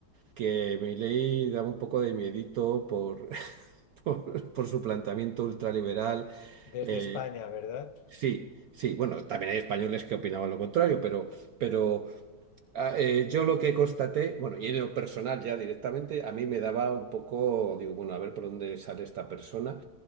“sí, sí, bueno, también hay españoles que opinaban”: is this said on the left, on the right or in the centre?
Right